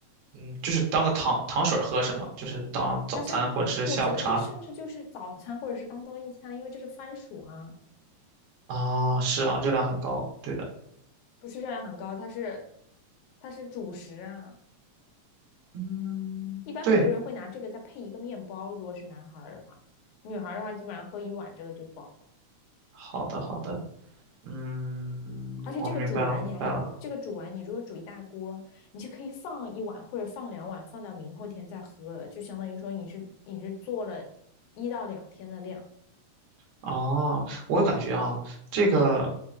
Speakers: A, on the right; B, on the left.
A: 嗯，就是当个糖糖水儿喝是吗？就是当早餐或者是下午茶
B: 但是我觉得这甚至就是早餐或者是当中一餐，因为这是番薯啊，
A: 啊？是啊，热量很高，对的。
B: 不是热量很高，它是它是主食啊。
A: 嗯，
B: 一般很多人会拿这个再配一个面包，
A: 对，
B: 如果是男孩儿的话，女孩儿的话基本上喝一碗这个就饱了。
A: 好的，好的，嗯，
B: 而且这个煮完你还是这个煮完，
A: 我明白了，我明白了。
B: 你如果煮一大锅，你就可以放一碗或者放两碗，放到明后天再喝了，就相当于说你是你是做了一到两天的量，
A: 哦，我感觉啊，这个，